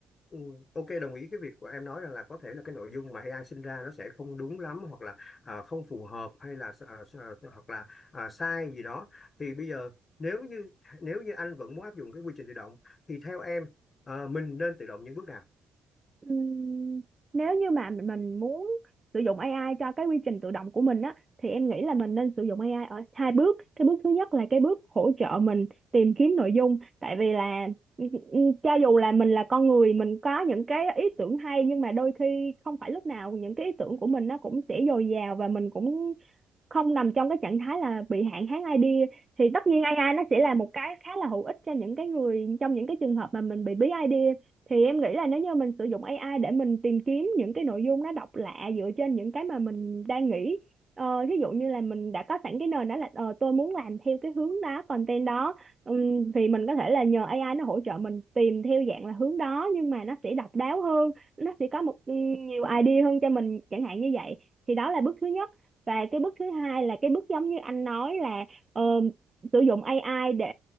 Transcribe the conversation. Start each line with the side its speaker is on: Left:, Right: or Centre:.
Left: ừ, ok đồng ý cái việc của em nói rằng là có thể là cái nội dung mà AI sinh ra nó sẽ không đúng lắm hoặc là ờ, không phù hợp hay là ờ, ờ, hoặc là ờ, sai gì đó thì bây giờ nếu như nếu như anh vẫn muốn áp dụng cái quy trình tự động thì theo em ờ, mình nên tự động những bước nào
Right: Ừm, nếu như mà mình mình muốn sử dụng AI cho cái quy trình tự động của mình á thì em nghĩ là mình nên sử dụng AI ở hai bước cái bước thứ nhất là cái bước hỗ trợ mình tìm kiếm nội dung tại vì là cho dù là mình là con người mình có những cái ý tưởng hay nhưng mà đôi khi không phải lúc nào những cái ý tưởng của mình nó cũng sẽ dồi dào và mình cũng không nằm trong cái trạng thái là bị hạn hán idea thì tất nhiên AI nó sẽ là một cái khá là hữu ích cho những cái người trong những cái trường hợp mà mình bị bí idea thì em nghĩ là nếu như mình sử dụng AI để mình tìm kiếm những cái nội dung nó độc lạ dựa trên những cái mà mình đang nghĩ ờ, thí dụ như là mình đã có sẵn cái nền đó là ờ, tôi muốn làm theo cái hướng đó content đó Ừm, thì mình có thể là nhờ AI nó hỗ trợ mình tìm theo dạng là hướng đó nhưng mà nó sẽ độc đáo hơn nó sẽ có một ừm, nhiều idea hơn cho mình chẳng hạn như vậy thì đó là bước thứ nhất và cái bước thứ hai là cái bước giống như anh nói là ờ, sử dụng AI để